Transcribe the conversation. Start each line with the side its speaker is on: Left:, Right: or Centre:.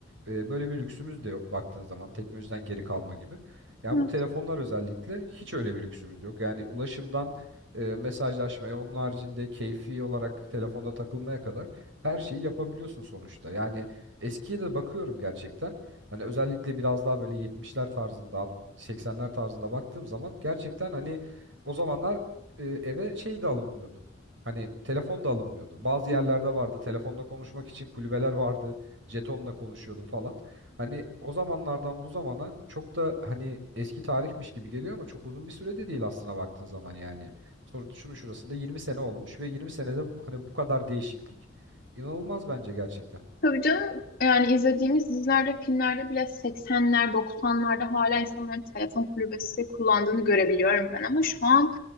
Right: e, böyle bir lüksümüz de yok baktığın zaman teknolojiden geri kalma gibi. Yani
Left: evet.
Right: bu telefonlar özellikle hiç öyle bir lüksümüz yok. Yani ulaşımdan e, mesajlaşmaya, onun haricinde keyfi olarak telefonda takılmaya kadar her şeyi yapabiliyorsun sonuçta. Yani eskiye de bakıyorum gerçekten. Hani özellikle biraz daha böyle 70'ler tarzında, alt- 80'ler tarzında baktığım zaman gerçekten hani o zamanlar e, eve şey de alınmıyordu. Hani telefon da alınmıyordu. Bazı yerlerde
Left: <laughs>
Right: vardı. Telefonla konuşmak için kulübeler vardı. Jetonla konuşuyordun falan. Hani o zamanlardan bu zamana çok da hani eski tarihmiş gibi geliyor ama çok uzun bir süre de değil aslına baktığın zaman yani. Sonra şunu şurasında 20 sene olmuş ve 20 senede hani bu kadar değişiklik inanılmaz bence gerçekten.
Left: Tabii canım yani izlediğimiz dizilerde, filmlerde bile 80'ler, 90'larda hala insanların telefon kulübesi kullandığını görebiliyorum ben ama şu an